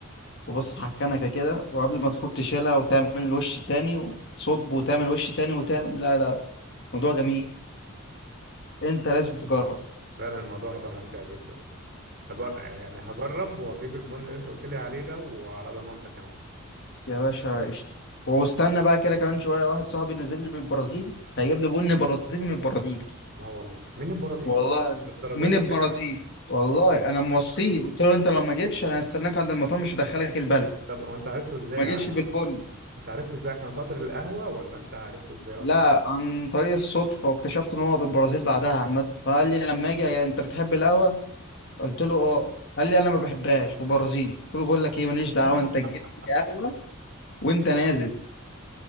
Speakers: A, on the left (about 55°); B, on the right (about 50°).
A: وبص على الكنكة كده وقبل ما تفور تشيلها وتعمل الوش التاني وتصب وتعمل وش تاني وتعمل لا لا موضوع جميل انت لازم تجرب
B: فعلا الموضوع هيبقى ممتع جدا يعني هجر... يعني هجرب وهجيب البن اللي انت قلت لي عليه ده وعلى ضمانتك يا معلم
A: يا باشا قشطة واستنى بقى كده كمان شوية واحد صاحبي نزل لي من البرازيل هيجيب لي بن برازيلي من البرازيل
B: لا والله من البرازيل
A: والله
B: الدرجة
A: من
B: دي
A: البرازيل والله انا
B: <laughs>
A: موصيه قلت له انت لو ما جيتش انا هستناك عند المطار مش هدخلك البلد
B: طب هو انت عرفته ازاي
A: ما جيتش
B: عشان
A: بالبن
B: <laughs> انت عرفته ازاي عشان خاطر القهوة ولا انت عرفته ازاي اصلا
A: لا عن طريق الصدفه واكتشفت ان هو بالبرازيل بعدها عامه فقال لي لما اجي يا انت بتحب القهوه قلت له اه قال لي انا ما بحبهاش وبرازيلي قلت له بقول لك ايه ماليش دعوه
B: <laughs>
A: انت جبت لي قهوه وانت نازل